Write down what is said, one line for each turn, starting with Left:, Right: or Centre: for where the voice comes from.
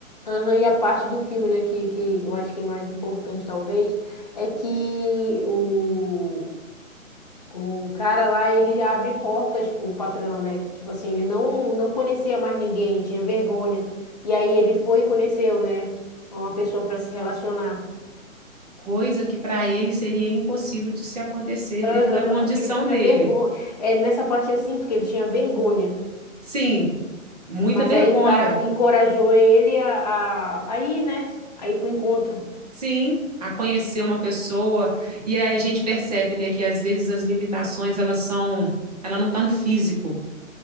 Left: Aham, e a parte do filme, né, que, que eu acho que é mais importante, talvez, é que o O cara lá, ele abre portas pro patrão, né? Que, tipo assim, ele não, não conhecia mais ninguém, tinha vergonha. E aí ele foi e conheceu, né? Uma pessoa para se relacionar.
Right: Coisa que para ele seria impossível de se acontecer
Left: Aham,
Right: devido à condição
Left: porque ele tinha
Right: dele.
Left: vergonha. É, nessa parte eu sinto que ele tinha vergonha.
Right: Sim, muita
Left: Mas
Right: vergonha,
Left: aí o cara encorajou ele a, a, a ir, né? A ir pro encontro.
Right: Sim, a conhecer uma pessoa. E aí a gente percebe, né, que às vezes as limitações, elas são, ela não está no físico,